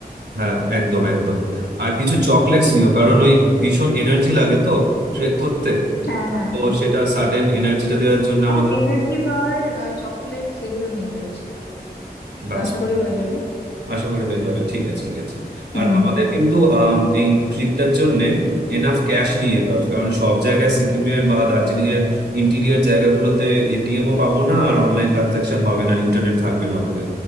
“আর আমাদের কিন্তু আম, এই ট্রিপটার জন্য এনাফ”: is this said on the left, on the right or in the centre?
Right